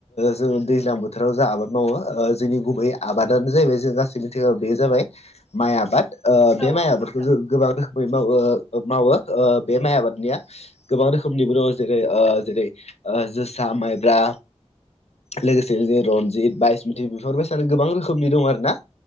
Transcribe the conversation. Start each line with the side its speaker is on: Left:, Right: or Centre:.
Left: जोङो दैज्लां बोथोराव जा आबाद मावो जोंनि गुबैया आबादानो जाहैबाय जों गासै मिथिङाव बे जाबाय माइ आबाद
Centre: औ
Left: बे माइ
Centre: नंगौ
Left: आबादखौ
Centre: नोंथां
Left: जों गोबां बै मावो मावो बे माइ आबादनिया गोबां रोखोमनिबो दङ। जेरै जेरै जोसा माइब्रा लोगोसे ज रनजित बायसमिथि बेफोरबायदिनो गोबां रोखोमनि दं आरोना।